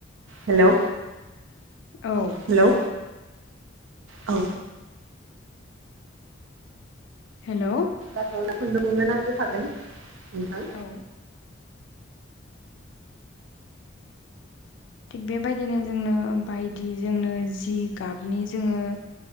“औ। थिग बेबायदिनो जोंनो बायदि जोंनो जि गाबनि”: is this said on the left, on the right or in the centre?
Left